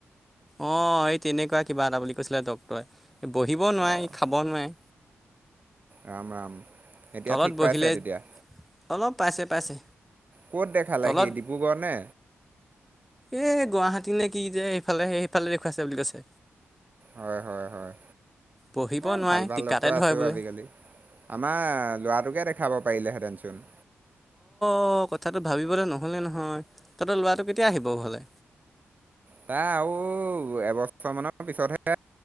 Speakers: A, in the centre; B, on the right.
A: অ এই তেনেকুৱা কিবা এটা বুলি কৈছিলে ডক্তৰে বহিব নোৱাৰে
B: অঁ
A: খাব নোৱাৰে
B: ৰাম ৰাম এতিয়া
A: তলত
B: ঠিক
A: বহিলে
B: পাইছে তেতিয়া
A: অলপ পাইছে পাইছে।
B: ক'ত দেখালে
A: তলত
B: সি ডিব্ৰুগড় নে।
A: এ গুৱাহাটী নে কি যে সফালে সেইফালে দেখুৱাইছে বুলি কৈছে।
B: হয় হয় হয়।
A: পঢ়িব
B: এ
A: নোৱাৰে
B: ভাল ভাল
A: টিকাতে
B: ডক্ত আছেও
A: ধৰে বোলে
B: আজিকালি আমাৰ লৰাটোকে দে। খাবা পাৰিলে হেঁতেনচোন।
A: অ কথাটো ভাবিবলে নহলে নহয় তহঁততে লৰাটো কেতিয়া আহিব ঘৰলে।
B: তাই আৰু এবছৰ মানৰ পিছতহে।